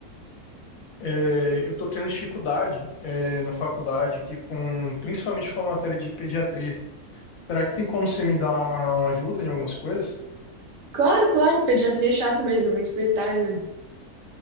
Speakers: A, on the left; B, on the right.
A: É, Eu tô tendo dificuldade, é, na faculdade aqui com, principalmente com a matéria de pediatria. Será que tem como você me dar uma, uma ajuda em algumas coisas?
B: Claro, claro, pediatria é chato mesmo, é muito detalhe, né?